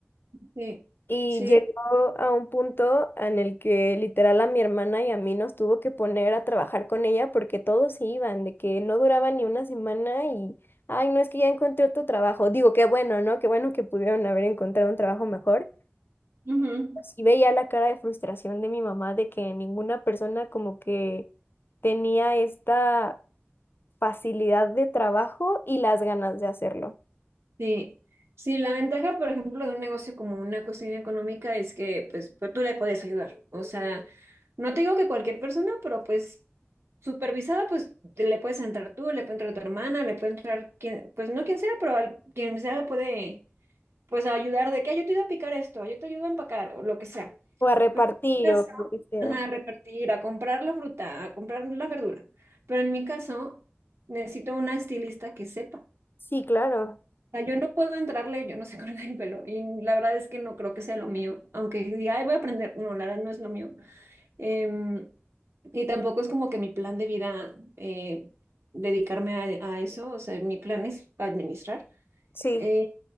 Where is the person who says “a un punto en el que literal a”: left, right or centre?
Left